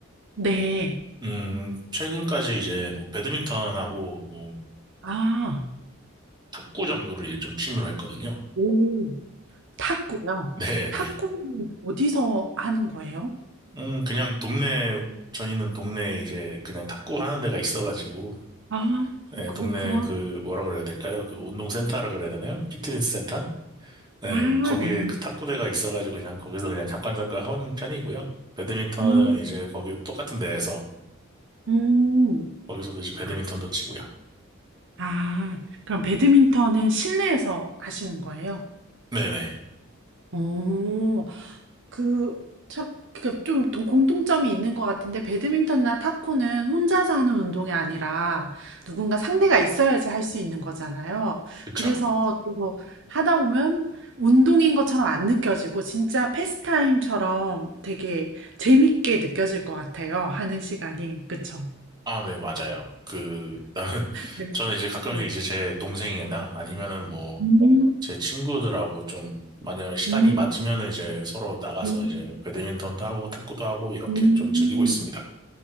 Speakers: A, on the right; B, on the right.
A: 네.
B: 음, 최근까지 이제 뭐, 배드민턴하고 뭐,
A: 아,
B: 탁구 정도를 이제 좀 취미로 했거든요.
A: 오, 탁구요.
B: <laughs> 네네.
A: 탁구는 어디서 하는 거예요?
B: 음, 그냥 동네, 저희는 동네에 이제 그냥 탁구 하는 데가 있어가지고,
A: 아,
B: 네,
A: 그렇구나.
B: 동네 그 뭐라 그래야 될까요? 그 운동센터라 그래야 되나요? 피트니스 센터? 네,
A: 아,
B: 거기에
A: 네.
B: 그 탁구대가 있어가지고 그냥 거기서 그냥 잠깐 잠깐 하는 편이고요. 배드민턴은
A: 음,
B: 이제 거기 똑같은 데에서
A: 음.
B: 거기서도 이제 배드민턴도
A: 아,
B: 치고요.
A: 아, 그럼 배드민턴은 실내에서 하시는 거예요?
B: 네네,
A: 오, 그, 참, 그, 좀 동- 공통점이 있는 것 같은데, 배드민턴이나 탁구는 혼자서 하는 운동이 아니라 누군가 상대가 있어야지 할 수 있는 거잖아요.
B: 그쵸.
A: 그래서 또 하다 보면 운동인 것처럼 안 느껴지고, 진짜 패스타임처럼 되게 재밌게 느껴질 것 같아요. 하는 시간이. 그쵸?
B: 아, 네, 맞아요. 그 나는 <laughs>
A: 네.
B: 저는 이제 가끔씩
A: 네.
B: 이제 제 동생이나 아니면은 뭐
A: 음,
B: 제 친구들하고 좀 만약에 시간이
A: 음,
B: 맞으면은 이제 서로 나가서
A: 음,
B: 이제 뭐 배드민턴도 하고 탁구도 하고 이렇게
A: 음.
B: 좀 즐기고 있습니다.